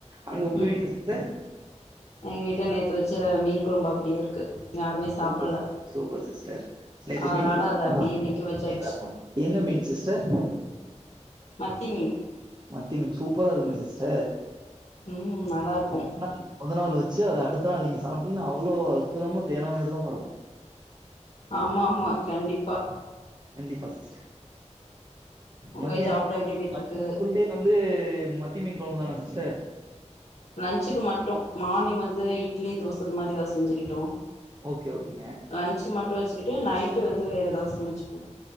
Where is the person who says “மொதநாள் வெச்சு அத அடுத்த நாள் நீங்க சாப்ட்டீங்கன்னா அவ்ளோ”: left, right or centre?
Right